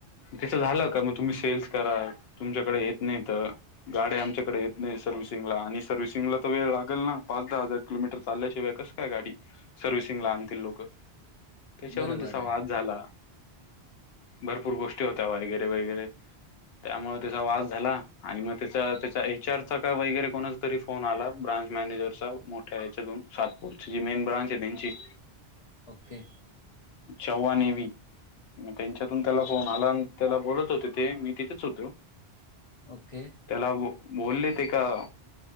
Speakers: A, on the left; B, on the left.
A: तेचं झालं का, मग तुम्ही सेल्स करा तुमच्याकडे येत नाही तर, गाड्या आमच्याकडे येत नाही. सर्व्हिसिंग ला आणि सर्व्हिसिंग ला त वेळ लागल ना दहा हजार किोमीटर चालल्याशिवाय कस काय गाडी सर्व्हि सिंग ला आणतील लोकं त्याच्यावरून
B: बरोबर
A: त्याचा
B: आहे.
A: वाद झाला. भरपूर गोष्टी होत्या वगैरे वगैरे. त्यामुळे त्याचा वाद झाला आणि मग त्याचा त्याचा विचारचा का वगैरे कोणाच तरी फोन आला ब्रांच मॅनेजरचा मोठ्या याच्यातुन सातपूरची जी मेन ब्रांच आहे त्यांची. <inaudible>
B: ओके.
A: जव्हान एवी त्यांच्यातून त्याला फोन आला त्याला बोलत होते ते, मी तिथेच होतो
B: ओके,
A: त्याला बोलले ते का